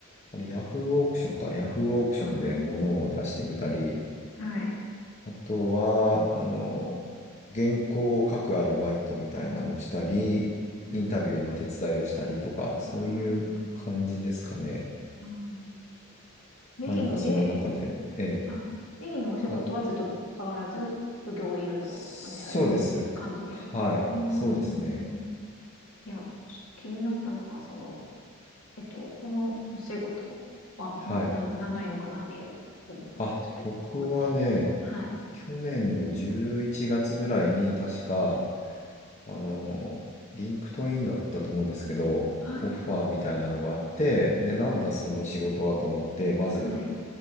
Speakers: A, on the left; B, on the left.
A: あれ、ヤフーオークションか、ヤフーオークションで物を出してみたり、
B: はい。はい。
A: あとは、あの、原稿を書くアルバイトみたいなのしたり、
B: はい。
A: インタビューの手伝いをしたりとか、
B: <laughs>
A: そういう感じですかね。
B: うんうんうんうんうんメインで、
A: 何かその中で、
B: えっと、
A: ええ、
B: あ、メインのお仕事はずっと変わらず、
A: あ、
B: 副業をいろいろ試されてるっていう感じですかうーん。
A: そうです。はい。そうですね。
B: いや、ちょっと気になったのは、その、えっと、このお仕事はもうな長いのかなっていう部分をちょっとまず聞きたいです。
A: はい。あ、僕はね、
B: はい。
A: 去年の11月ぐらいに確か、あの、リンクトインだったと思うんですけど、
B: はい。
A: オファーみたいなのがあって、で、なんだその仕事はと思って、
B: えー
A: まず、
B: はい、